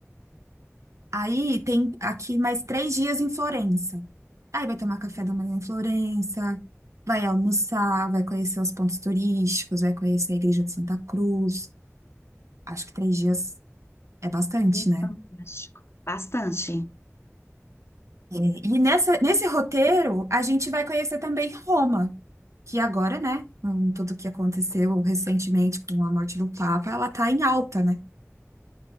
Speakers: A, on the right; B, on the left.
A: Aí tem aqui mais três dias em Florença. Aí vai tomar café da manhã em Florença, vai almoçar, vai conhecer os pontos turísticos, vai conhecer a Igreja de Santa Cruz. Acho que três dias é bastante,
B: E
A: né?
B: fantástico. Bastante.
A: E nessa, nesse roteiro, a gente vai conhecer também Roma, que agora, né, com tudo que aconteceu recentemente com a morte do Papa, ela tá em alta, né?